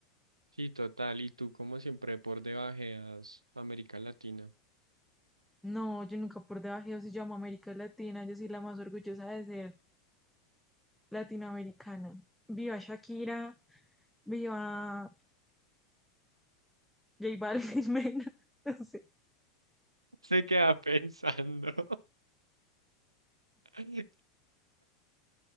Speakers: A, on the right (about 85°); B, in the centre.
A: sí, total. Y tú, como siempre, por debajeas América Latina.
B: No, yo nunca por debajo si llamo América Latina, yo soy la más orgullosa de ser latinoamericana. Viva Shakira, viva J Balvin, <laughs> Mena, no sé,
A: <laughs> Se queda pensando. <laughs>